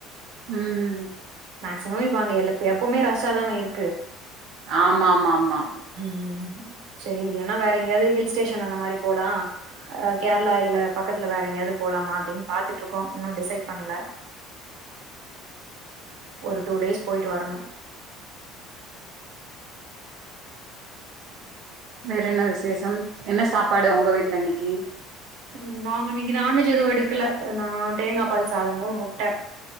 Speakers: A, on the right; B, on the right.
A: ம்
B: மேக்சிமம் இப்ப அங்க எ எப்பவுமே ரஷ்ஷா தான இருக்கு
A: ஆமா ஆமா ஆமா
B: ம் சேரி இல்லன்னா வேற எங்கயாவது ஹில் ஸ்டேஷன் அந்த மாறி போலா அஹ் கேரளா இல்ல பக்கத்துல வேற எங்கயாவது போலாமா அப்டின்னு பாத்துட்டு இருக்கோ இன்னும் டிசைட் பண்ல ஒரு டூ டேஸ் போயிட்டு வரணு
A: வேற என்ன விசேஷம் என்ன சாப்பாடு உங்க வீட்ல இன்னிக்கு
B: ம் நாங்க இன்னிக்கு நான்வெஜ் எதும் எடுக்கல நா தேங்கா பால் சாதமு முட்ட